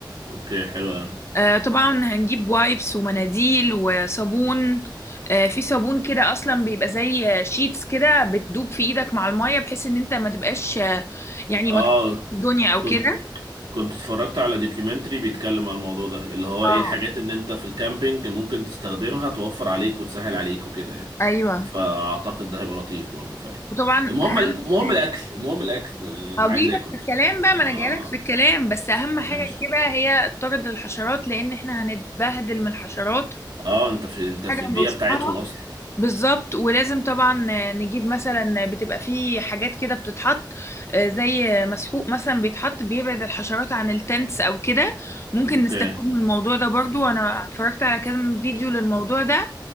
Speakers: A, on the right; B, on the left.
A: اوكي حلو أوي.
B: آه، طبعا هنجيب وايبس ومناديل وصابون آه، في صابون كده اصلا بيبقى زي آه، شيتس كده بتدوب في ايدك مع المية بحيث ان انت ما تبقاش آه، يعني
A: اه
B: ما تطلعش الدنيا او
A: كنت
B: كده
A: كنت اتفرجت على دوكيومنتري بيتكلم على الموضوع ده اللي هو
B: اه
A: ايه الحاجات ان انت في الكامبينج ممكن تستخدمها توفر عليك وتسهل عليك وكده يعني
B: ايوه
A: فاعتقد ده هيبقى لطيف برضه فعلا
B: وطبعا
A: المهم
B: اهم
A: المهم الاكل المهم الاكل يعني
B: هجيلك
A: انا عايز اكل
B: في
A: بصراحه
B: الكلام بقى ما
A: اه
B: انا جايلك في الكلام بس اهم حاجه
A: ماشي
B: نجيبها هي الطرد للحشرات لان احنا هنتبهدل من الحشرات
A: اه انت في انت في
B: حاجه
A: البيئه
B: نرشها
A: بتاعتهم اصلا
B: بالظبط ولازم طبعا نجيب مثلا بتبقى في حاجات كده بتتحط آه، زي مسحوق مثلا بيتحط بيبعد الحشرات عن التنس او كده ممكن
A: اوكي
B: نستفاد من الموضوع ده برضو انا اتفرجت على كذا فيديو للموضوع ده